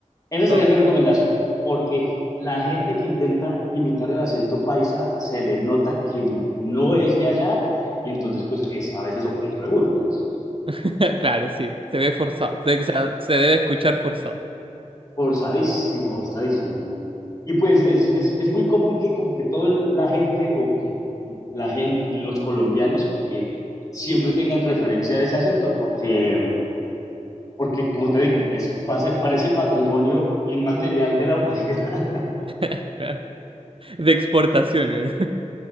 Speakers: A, on the left; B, on the right.
A: Esa sería
B: Oh,
A: mi recomendación, porque la gente que intenta imitar el acento paisa se le nota que no es de allá, y entonces pues es a veces objeto de burlas.
B: <laughs> Claro, sí, se ve forzado, se, o sea, se debe escuchar forzado.
A: Forzadísimo, forzadísimo. Y pues es, es, es muy común que como que toda la gente o que la gente, los colombianos como que siempre tengan referencia de ese acento porque, porque como te digo, es, pase- parece patrimonio inmaterial de la humanidad. <laughs>
B: <laughs> De exportaciones.